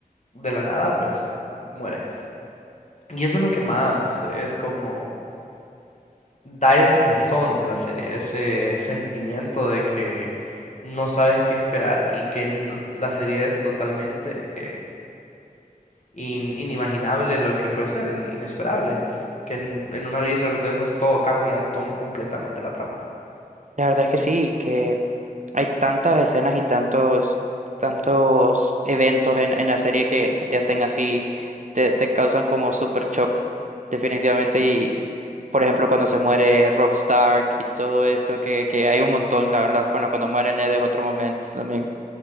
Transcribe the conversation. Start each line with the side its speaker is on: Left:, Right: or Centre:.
Left: de la nada pues muere. Y eso es lo que más es como da ese sazón de la serie, ese sentimiento de que no sabes qué esperar y que no- la serie es totalmente eh, in- inimaginable lo que puede ser, in- inesperable, que en, en un abrir y cerrar de ojos todo cambia tom- completamente la trama.
Right: La verdad es que sí, que Hay tantas escenas y tantos, tantos eventos en, en la serie que, que te hacen así, te, te causan como super shock, definitivamente. Y, por ejemplo, cuando se muere Rob Stark y todo eso, que, que hay un montón, la verdad. Bueno, cuando muere Ned es otro momento también.